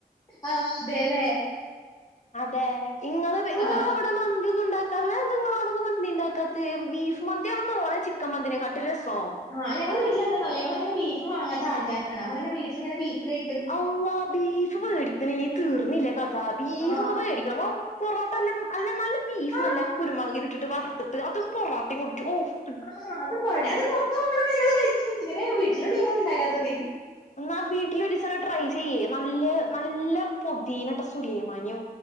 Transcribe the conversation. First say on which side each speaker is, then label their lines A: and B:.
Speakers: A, on the left; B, on the left.
A: ആ അതെ ലെ
B: അതെ ഇങ്ങള ഇങ്ങളവടെ
A: ആ
B: മന്തി ഒന്നും ഇണ്ടാക്കാറില്ല അത് എന്താ ഇങ്ങള അവ്ടോന്ന് മന്തി ഇണ്ടാക്കാ ബീഫ് മന്തി ആണ് മോളെ ചിക്കൻ മന്തിയെ കാട്ടി രസോ
A: ആ ഞങ്ങളെ വീട്ടിലെന്തന്നോ ഞങ്ങള് അങ്ങനെ ബീഫ് വാങ്ങാത്ത ആൾകാ ആണ് അപ്പ പിന്നെ വീ ട്ടീലിങ്ങനെ ബീഫ് കൈ
B: അള്ളാ ബീഫ് വെടിക്ക്‌ണില്ലേ തീർന്നില്ലേ കഥ ബീഫക്കെ
A: ആ
B: വേടിക്കണം പൊറോട്ട എല്ലാം നല്ല നല്ല ബീഫ്
A: ആ
B: നല്ല കുരുമുളകില് ഇട്ടിട്ട് വർത്ത്ട്ട് അതും പൊറോട്ടയും കൂടിട്ട് ഔഫ്
A: ആ അത് <unintelligible> അത് പൊറത്ത് പോവുമ്പളോക്കെ ഞങ്ങള് കഴിക്കും ഇങ്ങനെ വീട്ടിലോള്ളൂ ഞങ്ങള് ഇണ്ടാക്കാത്തത്
B: ന്നാ വീട്ടിലൊരീസം ട്രൈ ചെയ്യ് നല്ല നല്ല പൊതീനട്ട സുലയ്മാനിം